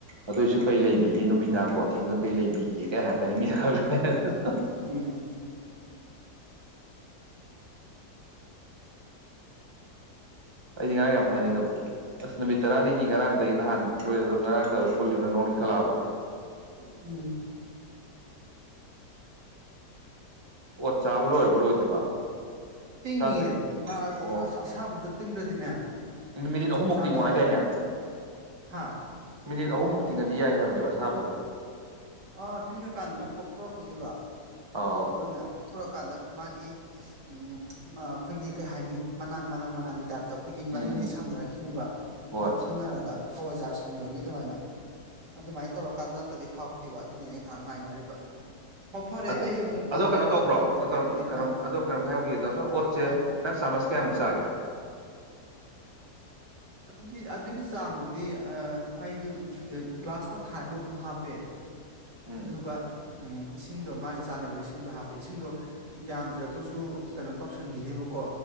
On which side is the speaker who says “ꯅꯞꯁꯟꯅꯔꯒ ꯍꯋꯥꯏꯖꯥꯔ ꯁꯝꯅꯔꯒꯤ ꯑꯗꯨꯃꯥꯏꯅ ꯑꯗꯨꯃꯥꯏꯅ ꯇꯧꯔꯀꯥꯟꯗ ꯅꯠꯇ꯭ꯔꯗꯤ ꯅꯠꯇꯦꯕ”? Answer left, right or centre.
Right